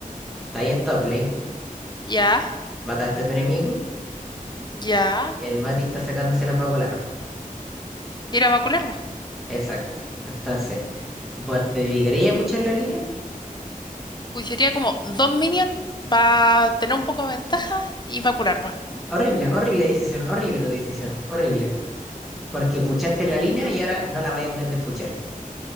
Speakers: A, in the centre; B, on the left.
A: Está ahí en top lane,
B: Ya,
A: mataste a tu enemigo,
B: ya.
A: el Mati está sacándose las vago larvas.
B: Ir a vacular, va.
A: Exacto. Entonces, ¿vos te dedicarías a puchar la línea?
B: Pues sería como dos minions para tener un poco de ventaja y vacular, va.
A: Horrible, horrible decisión, horrible tu decisión, horrible. Porque puchaste la línea y ahora no la vas a poder despuchar.